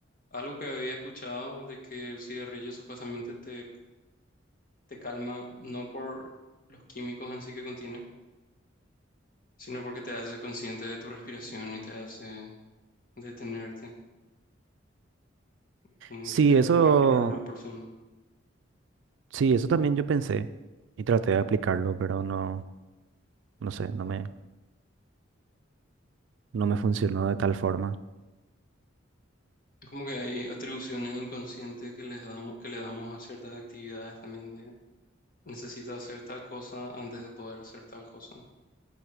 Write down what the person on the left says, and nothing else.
Algo que había escuchado de que el cigarrillo supuestamente te, te calma no por los químicos en sí que contiene, sino porque te hace consciente de tu respiración y te hace detenerte, como
que te hace
respirar más profundo.
Es como que hay atribuciones inconscientes que les damos, que le damos a ciertas actividades también de necesito hacer tal cosa antes de poder hacer tal cosa.